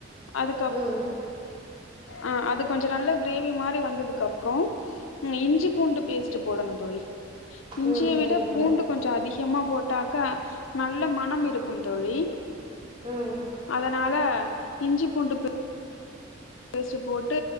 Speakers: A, on the left; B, on the right.
A: அதுக்கப்பு
B: ம்
A: ஆ அது கொஞ்சோ நல்ல கிரேவி மாதிரி வந்ததுக்கு அப்றோ ம் இஞ்சி பூண்டு பேஸ்ட்ட போடணு தோழி இஞ்சிய
B: ம் ம் சரிங்க
A: விட
B: தோழி
A: பூண்டு அதிகமா போட்டாக்கா நல்ல மணம் இருக்கும் தோழி
B: ம்
A: அதனால இஞ்சி பூண்டு பே பேஸ்ட் போட்டு